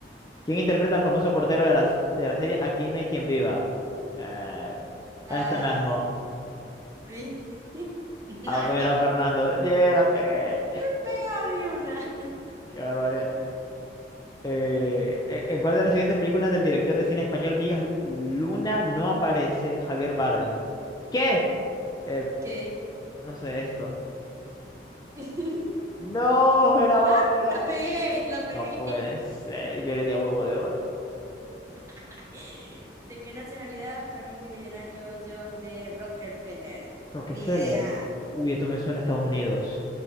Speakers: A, on the left; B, on the right.
A: ¿Quién interpreta al famoso portero de la, de la serie Aquí no hay quien viva? Eh,
B: Ah,
A: este mismo.
B: Luis. <laughs> Nah.
A: A ver, a Fernando. ¡Yeah, la pegué!
B: No he pegado ni una.
A: ¡Qué barbaridad! Eh,
B: A ver,
A: ¿en en cuál de las siguientes películas del director de cine español Vigas Luna no aparece Javier Bardem? ¿Qué? Eh,
B: ¿qué?
A: no sé esto.
B: <laughs>
A: ¡No! Era Bámbola.
B: ¡Ah! La pegué, la pegué.
A: No puede ser, yo le di a huevo de oro.
B: <laughs> ¿De qué nacionalidad fue el multimillonario John D. Rockefeller?
A: Rockefeller.
B: Ni idea.
A: Uy, esto me suena a Estados Unidos.